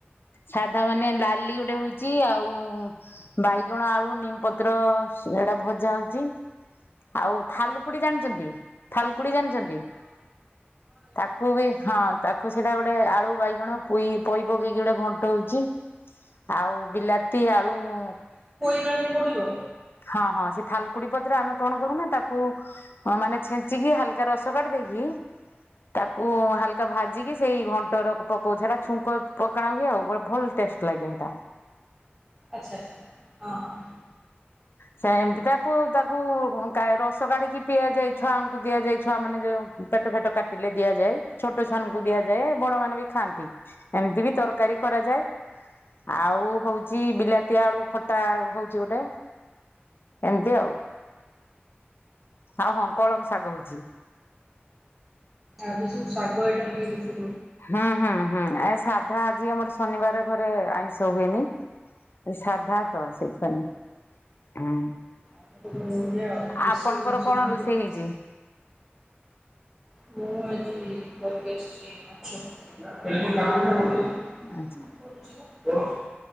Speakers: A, on the left; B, in the centre.
A: ସାଧା ମାନେ ଡାଲି ଗୋଟେ ହଉଛି ଆଉ ଉଁ ବାଇଗଣ, ଆଳୁ, ନିମପତ୍ର ସେଇଟା ଭଜା ହଉଛି ଆଉ ଥାଲକୁଡି ଜାଣିଛନ୍ତି ଥାଲକୁଡି ଜାଣିଛନ୍ତି ତାକୁ ବି ହଁ ତାକୁ ସେଇଟା ଗୋଟେ ଆଳୁ ବାଇଗଣ ପୋଇ ପୋଇ ପକେଇକି ଗୋଟେ ଘଣ୍ଟ ହଉଛି ଆଉ ବିଲାତି ଆଳୁ ଉଁ
B: ଇରେ ପଡିବ।
A: ହଁ ହଁ ସେ ଥାଲକୁଡି ପତ୍ର ଆମେ କଣ କରୁନା ତାକୁ ମାନେ ଛେଞ୍ଚିକି ହାଲକା ରସ କାଢି ଦେଇକି ତାକୁ ହାଲକା ଭାଜିକି ସେଇ ଘଣ୍ଟର ପକଉ ସେଇଟା ଛୁଙ୍କ ପକାଣା ହୁଏ ଆଉ ଗୋଟେ ଭଲ ଟେଷ୍ଟ ଲାଗେ ସେଇଟା।
B: ଆଚ୍ଛା ଆଚ୍ଛା ହଁ ହଁ।
A: ସେ ଏମତି ତାକୁ ତାକୁ ଉଁ କା ରସ କାଢିକି ପିଆ ଯାଇ ଛୁଆଙ୍କୁ ଦିଆଯାଏ ଛୁଆ ମାନେ ଯୋଉ ପେଟ ଫେଟ କାଟିଲେ ଦିଆଯାଏ ଛୋଟ ଛୁଆଙ୍କୁ ଦିଆଯାଏ ବଡ ମାନେ ବି ଖାଆନ୍ତି ଏମିତି ବି ତରକାରୀ କରାଯାଏ ଆଉ ହଉଛି ବିଲାତି ଆଳୁ ଖଟା ହଉଛି ଗୋଟେ। ଏମିତି ଆଉ ହଁ କଳମ ଶାଗ ହଉଛି।
B: ଆଜି ସବୁ ଶାଗ ଆଇଟମ ଟିକେ ବେଶି
A: ହଁ ହଁ ହଁ ଆ ସାଧା ଆଜି ଆମର ଶନିବାର ଘରେ ଆଇଁଷ ହୁଏନି। ସାଧା ତ ସେଥିପାଇଁ ହୁଁ।
B: ଆମେ ତ ବରହମପୁରିଆ ଆଉ ଦେଶୀ
A: ଆପଣଙ୍କର
B: ଜିନିଷ
A: କଣ
B: ସବୁ
A: ରୋଷେଇ
B: ଆଉ।
A: ହେଇଛି?
B: ମୁଁ ଆଜି କରିକି ଆସିଛି ମାଛ ତରକାରୀ। ହଁ
A: ଆଚ୍ଛା
B: ପଢୁଛି ତ।